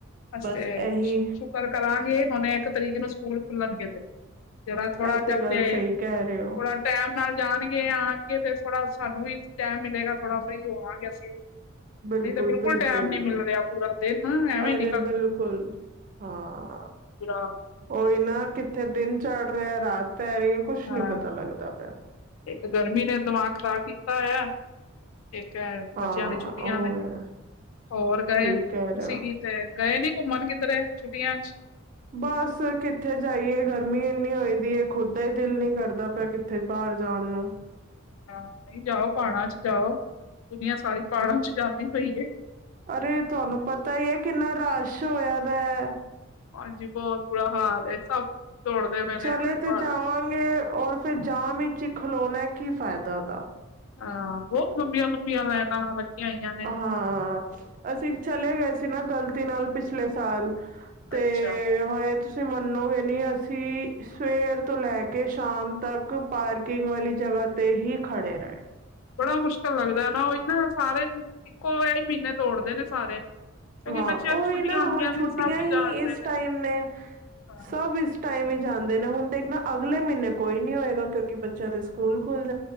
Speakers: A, on the left; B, on the right.
A: ਅਸੀ
B: ਬਸ
A: ਤੇ
B: ਇਹੀ
A: ਸ਼ੁਕਰ ਕਰਾਂਗੇ ਹੁਣ ਇੱਕ ਤਰੀਕ ਨੂੰ ਸਕੂਲ ਖੁੱਲਣਗੇ ਤੇ ਜਰਾ ਥੋੜਾ
B: ਇਹ
A: ਜਾ
B: ਗੱਲ
A: ਤੇ
B: ਸਹੀ ਕਹਿ ਰਹੇ ਹੋ
A: ਥੋੜਾ ਟੈਮ ਨਾਲ ਜਾਣਗੇ ਆਉਣਗੇ ਤੇ ਥੋੜਾ ਸਾਨੂੰ ਵੀ ਟਾਈਮ ਮਿਲੇਗਾ ਥੋੜਾ ਫਰੀ ਹੋਵਾਂਗੇ ਅਸੀ ਵੀ,
B: ਬਿਲਕੁਲ-ਬਿਲਕੁਲ
A: ਨਹੀਂ ਤਾਂ ਬਿਲਕੁਲ ਟੈਮ ਨੀ ਮਿਲ ਰਿਹਾ ਪੂਰਾ ਦਿਨ ਐਵੇਂ
B: ਅਰੇ
A: ਨ
B: ਬਿਲਕੁਲ ਹਾਂ
A: ਬੁਰਾ
B: ਉਹੀ ਨਾ ਕਿ ਇੱਥੇ ਦਿਨ ਚੜ ਰਿਹਾ ਰਾਤ ਪੈ ਰਹੀ ਹੈ ਕੁਛ
A: ਹਾਂ
B: ਨੀ ਪਤਾ ਲੱਗਦਾ ਪਿਆ
A: ਇੱਕ ਗਰਮੀ ਨੇ ਦਿਮਾਗ ਖ਼ਰਾਬ ਕੀਤਾ ਹੋਇਆ ਤੇ ਕ
B: ਹਾਂ-ਹਾਂ
A: ਬੱਚਿਆਂ ਦੀ ਛੁੱਟੀਆਂ
B: ਉਹ
A: ਨੇ ਹੋਰ ਗਏ
B: ਠੀਕ
A: ਤੁਸੀਂ
B: ਕਹਿ ਰਹੇ ਹੋ
A: ਕਿਤੇ ਗਏ ਨੀ ਘੁੰਮਣ ਕਿੱਧਰੇ ਛੁੱਟੀਆਂ ਚ
B: ਬਸ ਕਿੱਥੇ ਜਾਈਏ ਗਰਮੀ ਇੰਨੀ ਹੋਈ ਦੀ ਖੁੱਦ ਦਾ ਹੀ ਦਿਲ ਨੀ ਕਰਦਾ ਪਿਆ ਕਿੱਥੇ ਬਾਹਰ ਜਾਣ ਨੂੰ
A: ਹਾਂ ਨਹੀਂ ਜਾਓ ਪਹਾੜਾਂ ਚ ਜਾਓ ਦੁਨੀਆਂ ਸਾਰੀ ਪਹਾੜਾਂ ਚ ਜਾਂਦੀ ਪਈ ਏ
B: ਅਰੇ ਤੁਹਾਨੂੰ ਪਤਾ ਹੈ ਕਿੰਨਾ ਰਸ਼ ਹੋਇਆ ਦਾ ਹੈ
A: ਹਾਂਜੀ ਬਹੁਤ ਬੁਰਾ ਹਾਲ ਸਭ ਦੌੜਦੇ ਪਏ
B: ਚਲੇ
A: ਨੇ ਐਵੇਂ
B: ਤੇ
A: ਪਹਾੜਾਂ
B: ਜਾਵਾਂਗੇ
A: ਚ
B: ਔਰ ਫੇਰ ਜਾਮ ਚ ਹੀ ਖਲੋਣਾ ਕੀ ਫਾਇਦਾ ਉਹਦਾ
A: ਹਾਂ ਬਹੁਤ ਲੰਬੀਆਂ ਲੰਬੀਆਂ ਲਾਈਨਾਂ ਹੋਈਆਂ ਨੇ
B: ਹਾਂ ਅਸੀਂ ਚਲੇ ਗਏ ਸੀ ਨਾ ਗ਼ਲਤੀ ਨਾਲ ਪਿਛਲੇ ਸਾਲ ਤੇ
A: ਅੱਛਾ
B: ਹਾਏ ਤੁਸੀਂ ਮੰਨੋਗੇ ਨੀ ਅਸੀਂ ਸੀ ਸਵੇਰ ਤੋਂ ਲੈ ਕੇ ਸ਼ਾਮ ਤੱਕ ਪਾਰਕਿੰਗ ਵਾਲੀ ਜਗ੍ਹਾ ਤੇ ਹੀ ਖੜੇ ਰਹੇ
A: ਬੜਾ ਮੁਸ਼ਕਿਲ ਲੱਗਦਾ ਨਾ ਉਹੀ ਨਾ ਸਾਰੇ ਇੱਕੋ ਇਹ ਹੀ ਮਹੀਨੇ ਤੋੜਦੇ ਨੇ ਸਾਰੇ ਕਿਉਂਕਿ
B: ਹਾਂ
A: ਬੱਚਿਆਂ
B: ਉਹੀ
A: ਨੂੰ ਛੁੱਟੀਆਂ
B: ਨਾ
A: ਹੁੰਦੀਆਂ
B: ਹੁਣ ਛੁੱਟੀਆਂ
A: ਨੇ ਸਭ
B: ਹੀ
A: ਜਾਣਦੇ
B: ਇਸ ਟਾਈਮ ਨੇ
A: ਹਾਂ
B: ਸਭ ਇਸ ਟਾਈਮ ਹੀ ਜਾਂਦੇ ਨੇ ਹੁਣ ਦੇਖਣਾ ਅਗਲੇ ਮਹੀਨੇ ਕੋਈ ਨੀ ਹੋਏਗਾ ਕਿਉਂਕਿ ਬੱਚਿਆਂ ਦੇ ਸਕੂਲ ਖੁੱਲਦੇ